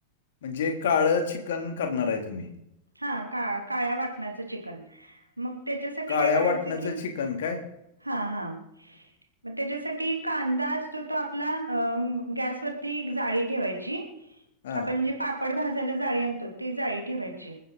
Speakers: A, on the left (about 60°); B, on the right (about 85°).
A: म्हणजे काळं चिकन करणार आहे तुम्ही.
B: हा का काळ्या वाटणाचं चिकन मग त्याच्यासाठी
A: काळ्या
B: काय करायचं
A: वाटणाचं
B: की.
A: चिकन काय?
B: हा हा, मग त्याच्यासाठी कांदा असतो तो आपला अ गॅसवरती एक जाळी ठेवायची.
A: हां.
B: आपण जे पापड भाजायला जाळी आणतो ती जाळी ठेवायची.